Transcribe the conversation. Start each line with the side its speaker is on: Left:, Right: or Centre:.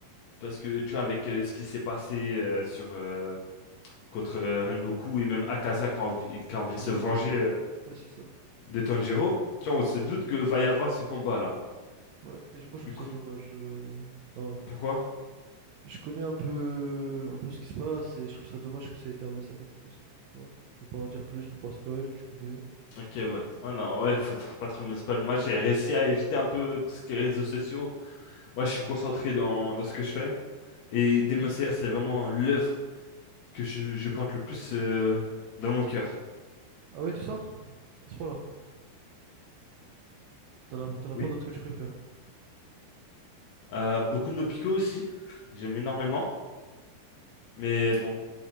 Left: Parce que tu vois, avec euh, ce qui s'est passé euh, sur euh, contre euh, Rengoku et même Akaza qui a envie, qui a envie
Right: Ouais,
Left: de se venger euh,
Right: ouais, c'est ça.
Left: de Tanjiro. Tu vois, on se doute que va y avoir ce combat-là.
Right: Ouais, et je- moi, je trouve
Left: Du coup,
Right: ça dommage. euh, Enfin,
Left: pourquoi?
Right: je connais un peu, un peu ce qui se passe et je trouve ça dommage que ça ait été amené ça comme comme ça. Après, voilà. Je vais pas en dire plus pour pas spoil, tu connais.
Left: Ok, ouais. Ah non, ouais, faut, faut pas trop me spoil. Moi, j'ai réussi à éviter un peu tout ce qui est réseaux sociaux. Moi, je suis concentré dans, dans ce que je fais. Et
Right: Ok.
Left: Demon Slayer, c'est vraiment l'œuvre que je, je porte le plus euh, dans mon cœur.
Right: Ah ouais, tout ça? À ce point-là. T'en as, t'en as
Left: Oui.
Right: pas d'autres que tu préfères.
Left: Euh, beaucoup de nos picots aussi. J'aime énormément. Mais bon.